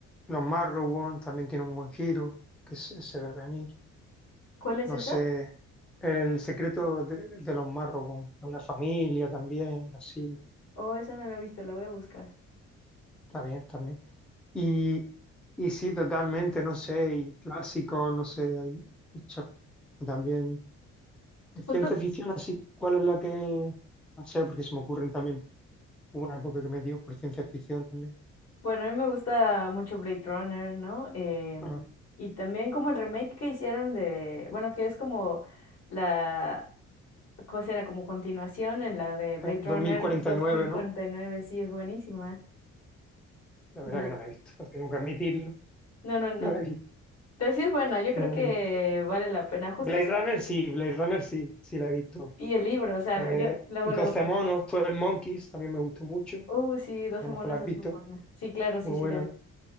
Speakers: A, in the centre; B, on the left.
A: Los Marrowbone también tienen un buen giro, que se, se ve venir.
B: ¿Cuál es
A: No
B: esa?
A: sé, el secreto de, de los Marrowbone, una familia también, así,
B: Oh, esa no la he visto, la voy a buscar.
A: está bien también. Y, y sí, totalmente, no sé, y clásico no sé, hay muchas también. De ciencia
B: Justo,
A: ficción, así, ¿cuál es la que...? No sé, porque se me ocurren también, hubo una época que me dio por ciencia ficción también.
B: bueno, a mí me gusta mucho Blade Runner, ¿no? Em,
A: Ah,
B: y también como el remake que hicieron de, bueno, que es como la, ¿cómo será? Como continuación en la de Blade
A: eh, dos
B: Runner
A: mil cuarenta
B: dos
A: y nueve
B: mil
A: ¿no?
B: cuarenta y nueve. sí, es buenísima.
A: La
B: Me,
A: verdad
B: gu-
A: que no la he visto, <laughs> tengo que admitirlo,
B: No,
A: <laughs>
B: no, no.
A: no la he visto,
B: Pero sí es buena, yo creo
A: no la
B: que
A: he visto.
B: vale la pena. Justo
A: Blade
B: eso.
A: Runner sí, Blade Runner sí, sí la he visto.
B: Y el libro, o sea,
A: Eh,
B: yo luego,
A: 12
B: luego,
A: monos, 12 Monkeys, también me gustó mucho,
B: oh, sí, 12
A: que a lo
B: monos
A: mejor la has
B: es
A: visto,
B: muy buena. Sí, claro, sí,
A: muy
B: sí
A: buena.
B: la vi.